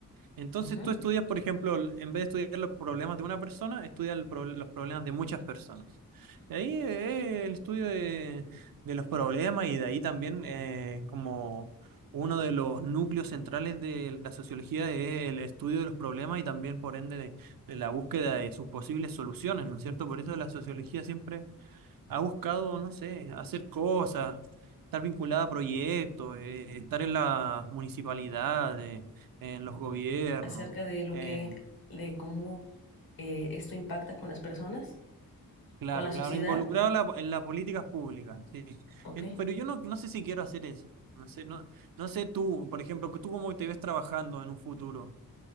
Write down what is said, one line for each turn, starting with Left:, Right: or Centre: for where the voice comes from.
Right: Entonces
Left: ujú.
Right: tú estudias, por ejemplo, el- en vez de estudiar los problemas de una persona, estudias el pro- los problemas de muchas personas. Y ahí eh, el estudio de, de los problemas y de ahí también eh, como uno de los núcleos centrales de la sociología es el estudio de los problemas y también por ende de, de la búsqueda de sus posibles soluciones, ¿no es cierto? Por eso la sociología siempre ha buscado, no sé, hacer cosas, estar vinculada a proyectos, eh, estar en las municipalidades, en los gobiernos,
Left: Acerca de lo
Right: eh,
Left: que, de cómo eh, esto impacta con las personas,
Right: claro,
Left: con la sociedad.
Right: claro, involucrada en la- en las políticas públicas, sí.
Left: Ok,
Right: En- pero yo no, no sé si quiero hacer eso. No sé, no, no sé tú, por ejemplo, que tú cómo te ves trabajando en un futuro.